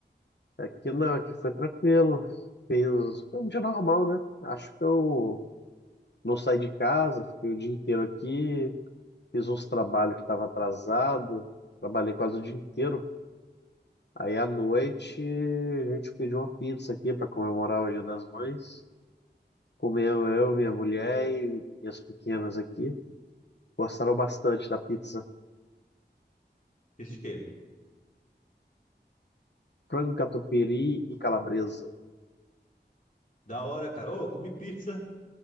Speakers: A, on the left (about 70°); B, on the left (about 45°).
A: Aqui não, aqui foi tranquilo. Fez... Foi um dia normal, né? Acho que eu não saí de casa, fiquei o dia inteiro aqui, fiz uns trabalhos que estava atrasado, trabalhei quase o dia inteiro. Aí à noite a gente pediu uma pizza aqui para comemorar o Dia das Mães. Comeu eu, minha mulher e minhas pequenas aqui. Gostaram bastante da pizza.
B: pizza de quê?
A: Frango catupiry e calabresa.
B: Da hora, cara. Ô, comi pizza.